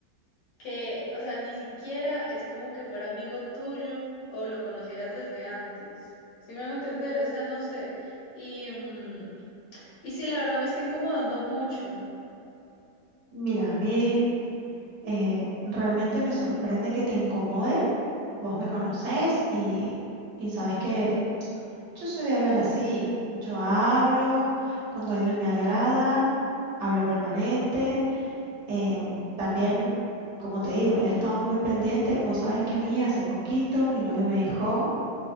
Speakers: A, on the left; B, on the right.
A: que, o sea, ni siquiera es como que fuera amigo tuyo o lo conocieras desde antes. ¿Sí me hago entender? O sea, no sé. Y, mm, y sí, la verdad me está incomodando mucho.
B: Mira, a mí eh, realmente me sorprende que te incomode. Vos me conocés y... Y sabes que Yo soy de hablar así. Yo hablo cuando alguien me agrada, hablo permanente. Em, también, como te digo, él ha estado muy pendiente. Vos sabés que a mí hace poquito mi novio me dejó,